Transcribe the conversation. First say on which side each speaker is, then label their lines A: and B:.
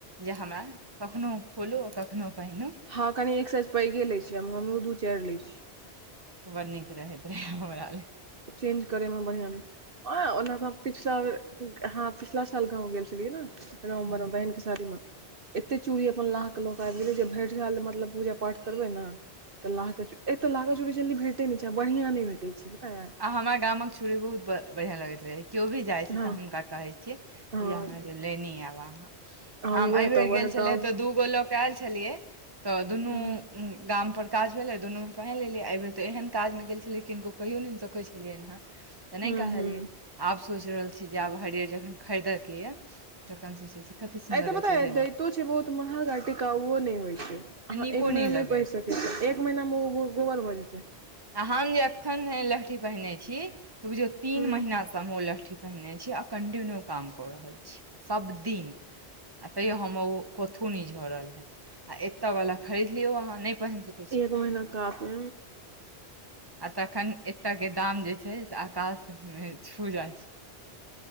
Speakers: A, on the right; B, on the right.
A: जे हमरा कखनोहु खोलू आ कखनोहु पहिनहु
B: हँ कनि एक सज पैघे लै छी हमहुँ दू चारि लै छीयै
A: बड़ नीक रहैत रहै हमरा लेल
B: चेंज करे में बढ़िया रह आ ओना तऽ पिछला हँ पिछला साल गाँव गेल छलियै ने हमर
A: हूँ।
B: बहिन शादीमे एते चूड़ी अपन लाहके लऽ के आबि गेलै जे भरि साल मतलब पूजा पाठ करबै ने तऽ लाह ची एतऽ लाहके चूड़ी जल्दी भेटै नहि छै आ बढ़िआँ नहि भेट पता छै यै
A: आ हमरा गाम मेक छुरी बहुत बढ़िया लगैत रहे केओ भी जाय छै
B: हँ
A: तऽ हमुनका कहे छै जे
B: हँ
A: भैया हमरा ल लेने आब अहां
B: हम
A: आ
B: उएह
A: एहिबेर
B: तऽ उएह
A: गेल छलै
B: गाम
A: तऽ दू गो लऽ कऽ आयल छलियै तऽ दुनू
B: हूँ
A: गाम पर काज भेले दुनू में पहिन लेलिये ऐ बेर तऽ एहन काज मे गेल छलियै किनको कहियौ न छलियनि हेँ तऽ नहि
B: हूँ
A: कहलियै
B: हूँ
A: आब सोचि रहल छी जे आब हरियर जखन खरीदयके यए तखन सोचैत छी कतेक सुन्दर
B: ए ते पता
A: रहै छै से
B: दैतो छै बहुत महग आ टिकाउओ नहि होइ छै
A: लहठी
B: अहाँ
A: नीको
B: एक महीना
A: लगैत
B: नहि पढ़ि
A: छै
B: सकैत छियै एक महीनामे ओ गोबर भऽ जेतै
A: आ हम जे एखन लहठी पहिने छी बुझियौ तीन
B: हूँ
A: महिनासँ ओ लहठी पहिरने छी आ कन्टिन्यू काम कऽ रहल छी सभ दिन आ तैयो हम ओ कथो न झड़ल हे आ एतताे वाला खरीद लियो अह नहि पहिन सक
B: एक महीना कपे
A: आ तखन एतयके दाम जे छै से आकाशमे छू जाइ छै